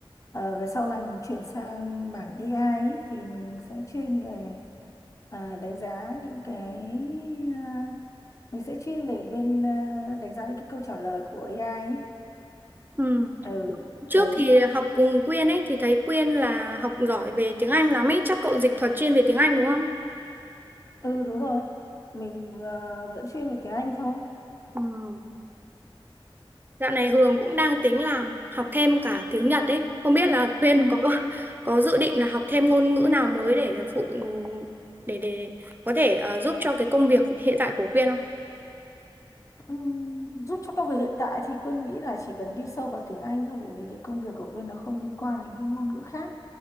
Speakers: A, on the left; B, on the right.
A: ờ, về sau này mình chuyển sang mảng AI ấy, thì mình sẽ chuyên về ờ, đánh giá những cái ờ, mình sẽ chuyên về bên ờ, đánh giá những cái câu trả lời của AI ấy.
B: Ừ.
A: ừ
B: Trước
A: đấy
B: thì học cùng Quyên ấy thì thấy Quyên là học giỏi về tiếng Anh lắm ấy, chắc cậu dịch thuật chuyên về tiếng Anh đúng không?
A: ừ đúng rồi mình ờ, vẫn chuyên về tiếng Anh thôi
B: Ừ. Dạo này Hường cũng đang tính làm học thêm cả tiếng Nhật ấy. Không biết là Quyên
A: ừ
B: có có dự định là học thêm ngôn ngữ nào mới để phụ để để có thể ờ, giúp cho cái công việc hiện tại của Quyên không?
A: Ừm, giúp cho công việc hiện tại thì Quyên nghĩ là chỉ cần đi sâu vào tiếng Anh thôi bởi vì cái công việc của Quyên nó không liên quan đến cái ngôn ngữ khác